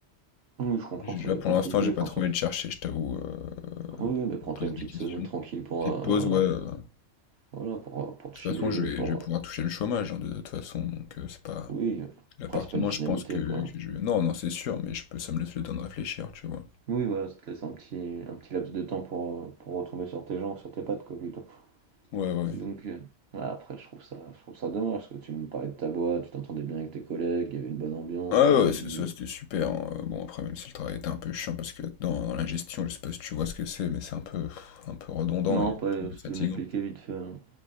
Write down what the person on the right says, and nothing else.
vois. Oui, je comprends,
ça
va
être compliqué.
Enfin,
surtout-
Oui, mais prends-toi
une
petite
semaine tranquille pour,
euh,
voilà, pour, euh, pour te
chiller,
pour.
Oui,
après c'est pas une finalité
quoi.
Oui voilà, ça te laisse un petit, un petit laps de temps pour, euh, pour retomber sur tes jambes, sur tes pattes quoi plutôt.
Donc euh, voilà, après je trouve ça, je trouve ça dommage parce que tu me parlais de ta boîte, tu t'entendais bien avec tes collègues, il y avait une bonne ambiance,
tu
m'avais
dit.
Non,
après,
si
tu veux m'expliquer vite fait. hein.